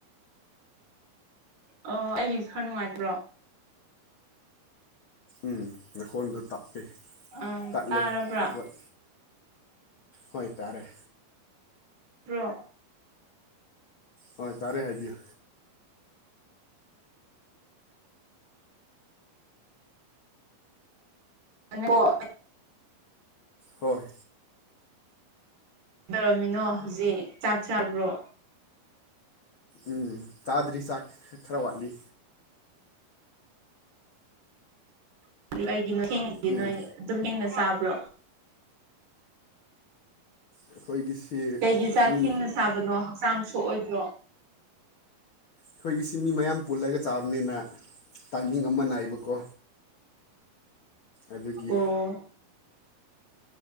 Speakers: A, on the right; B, on the left.
A: ꯑꯣ ꯑꯩꯒꯤꯁꯨ ꯈꯔ ꯅꯨꯡꯉꯥꯏꯇ꯭ꯔꯣ
B: ꯎꯝ ꯅꯈꯣꯟꯗꯣ ꯇꯞꯄꯦ
A: ꯑꯥ
B: ꯇꯠꯂꯦ
A: ꯇꯥꯔꯕ꯭ꯔꯥ
B: ꯐꯠꯐꯠ ꯍꯣꯏꯇꯥꯔꯦ
A: ꯔꯣ
B: ꯍꯣꯏ ꯇꯥꯔꯦ ꯍꯥꯏꯕꯤꯌꯨ
A: ꯑꯣ
B: ꯍꯣꯏ
A: ꯇꯧꯔꯝꯃꯤꯅꯣ ꯍꯧꯖꯤꯛ ꯆꯥꯛ ꯆꯥꯕ꯭ꯔꯣ
B: ꯎꯝ ꯆꯥꯗ꯭ꯔꯤ ꯆꯥꯛ ꯈꯔ ꯋꯥꯠꯂꯤ
A: ꯀꯩꯒꯤꯅꯣ ꯍꯦꯡꯉꯤꯗꯤ
B: ꯎꯝ
A: ꯅꯣꯏ ꯗꯨꯝ ꯊꯦꯡꯅ ꯆꯥꯕ꯭ꯔꯣ
B: ꯑꯩꯈꯣꯏꯒꯤꯁꯤ
A: ꯀꯩꯒꯤ ꯆꯥꯛ
B: ꯃꯤ
A: ꯊꯦꯡꯅ ꯆꯥꯕꯅꯣ ꯍꯛꯆꯥꯡ ꯁꯣꯛꯑꯣꯏꯗꯔꯣ
B: ꯑꯩꯈꯣꯏꯒꯤꯁꯤ ꯃꯤ ꯃꯌꯥꯝ ꯄꯨꯜꯂꯒ ꯆꯥꯕꯅꯤꯅ ꯇꯥꯏꯃꯤꯡ ꯑꯃ ꯅꯥꯏꯕꯀꯣ ꯑꯗꯨꯒꯤ
A: ꯑꯣ